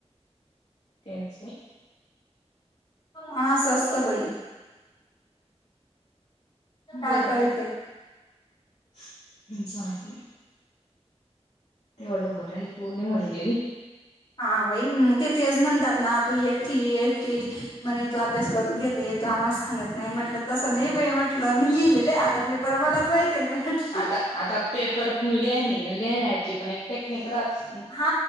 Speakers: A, on the left; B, on the left.
A: तेच की.
B: हां असं असतं बाई. काय
A: बर
B: करते.
A: मी <unintelligible> तेवढं बर आहे तू नी हून गेली.
B: हा बाई ती तेच म्हणतात ना तू एकटी एकटी म्हणे तो अभ्यास करून घेते, तो आम्हाला सांगत नाही, म्हटलं तसं नाही बा म्हटलं मी लिहिलेलं आता पेप र आता मलाच माहिती नाही म्हटलं.
A: आता आता पेपर पण लेणे लेण्याची पण एक टेक्निक राहत.
B: हा